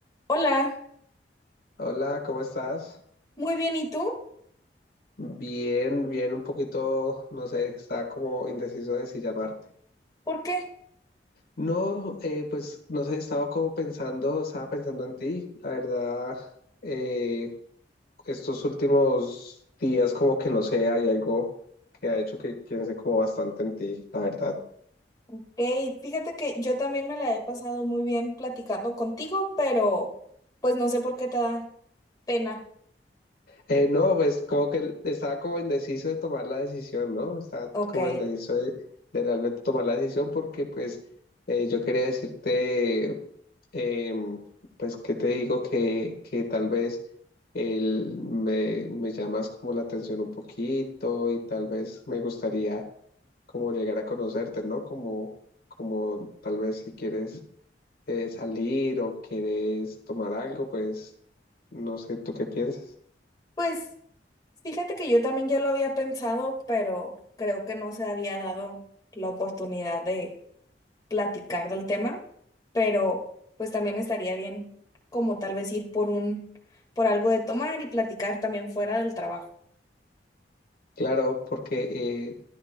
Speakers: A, on the left; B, on the left.
A: Hola,
B: Hola, ¿cómo estás?
A: muy bien, ¿y tú?
B: Bien, bien, un poquito, no sé, estaba como indeciso de si llamarte.
A: ¿Por qué?
B: No, eh, pues no sé, estaba como pensando, estaba pensando en ti. La verdad, eh, estos últimos días como que no sé, hay algo que ha hecho que piense como bastante en ti, la verdad.
A: Ok, fíjate que yo también me la he pasado muy bien platicando contigo, pero pues no sé por qué te da pena.
B: Eh, no, pues como que estaba como indeciso de tomar la decisión, ¿no? Estaba
A: Ok,
B: como indeciso de, de realmente tomar la decisión porque pues eh, yo quería decirte... eh, pues, ¿qué te digo? Que, que tal vez el- me, me llamas como la atención un poquito y tal vez me gustaría como llegar a conocerte, ¿no? Como, como tal vez si quieres eh, salir o quieres tomar algo, pues no sé, ¿tú qué piensas?
A: pues fíjate que yo también ya lo había pensado, pero creo que no se había dado la oportunidad de platicar del tema, pero pues también estaría bien como tal vez ir por un, por algo de tomar y platicar también fuera del trabajo.
B: Claro, porque eh,